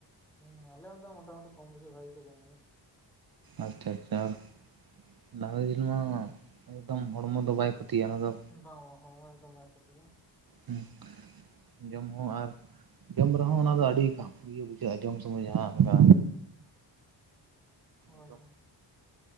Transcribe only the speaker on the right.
ᱟᱪᱪᱷᱟ ᱟᱪᱪᱷᱟ ᱟᱨ ᱰᱟᱝᱨᱤ ᱡᱤᱞ ᱢᱟ ᱮᱠᱫᱚᱢ ᱦᱚᱲᱢᱚ ᱫᱚ ᱵᱟᱭ ᱠᱷᱚᱛᱤ ᱜᱤᱭᱟ ᱚᱱᱟ ᱫᱚ
ᱦᱩᱸ ᱡᱚᱢ ᱦᱚᱸ ᱟᱨ ᱡᱚᱢ ᱨᱮᱦᱚᱸ ᱚᱱᱟᱫᱚ ᱟᱹᱰᱤ ᱤᱭᱟᱹ ᱵᱩᱡᱷᱟᱹᱜᱼᱟ ᱡᱚᱢ ᱥᱚᱢᱚᱭ ᱡᱟᱦᱟᱸ ᱞᱮᱠᱟ
ᱮᱠᱫᱚᱢ